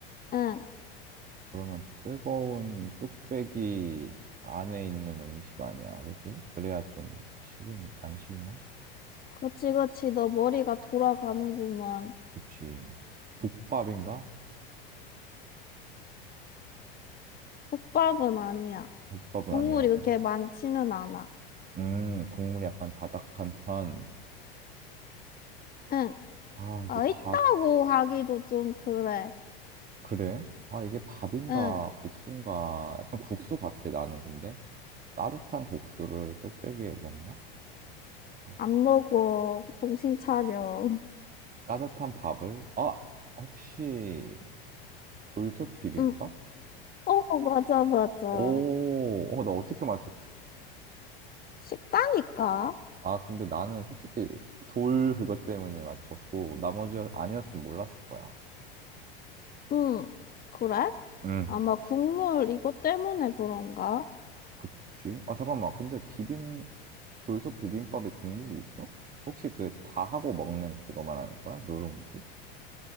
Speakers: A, on the left (about 30°); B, on the right (about 30°).
A: 응,
B: 그러면 뜨거운 뚝배기 안에 있는 음식 아니야. 그치? 그래야 좀 식으니, 안 식나?
A: 그치, 그치, 너 머리가 돌아가는구만.
B: 그치. 국밥인가?
A: 국밥은 아니야.
B: 국밥은
A: 국물이
B: 아니라고.
A: 그렇게 많지는 않아.
B: 음, 국물이 약간 자작한 편.
A: 응,
B: 아,
A: 아,
B: 이게 밥,
A: 있다고 하기도 좀 그래.
B: 그래? 아, 이게 밥인가,
A: 응,
B: 국수인가. 약간 국수 같아, 나는 근데. 따뜻한 국수를 뚝배기에 먹나? 아,
A: 안 먹어. 정신 차려. <laughs>
B: 따뜻한 밥을, 아, 혹시 돌솥 비빔밥?
A: 응, 어, 맞아, 맞아.
B: 오, 어, 나 어떻게 맞췄지?
A: 쉽다니까.
B: 아, 근데 나는 솔직히 돌 그것 때문에 맞췄고, 나머지 아니었으면 몰랐을 거야.
A: 응, 그래?
B: 응.
A: 아마 국물 이것 때문에 그런가?
B: 그치? 아, 잠깐만. 근데 비빔, 돌솥 비빔밥에 국물이 있어? 혹시 그 다 하고 먹는 그거 말하는 거야? 누룽지?